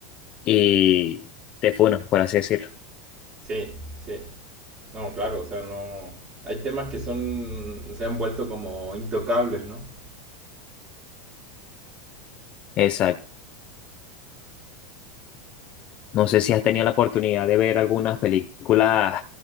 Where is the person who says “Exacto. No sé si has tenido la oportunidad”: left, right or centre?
Left